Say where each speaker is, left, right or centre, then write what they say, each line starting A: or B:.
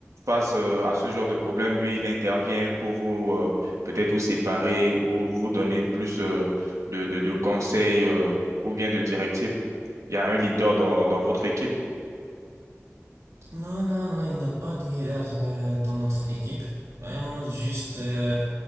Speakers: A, on the right; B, on the right.
A: face euh, à ce genre de problème? Lui, il intervient pour vous, euh, peut-être vous séparer ou vous donner plus euh, de, de, de conseils euh, ou bien de directives. Il y a un leader dans, dans votre équipe.
B: Non, non, non, il n'y a pas de leader euh, dans notre équipe. Vraiment, juste, euh,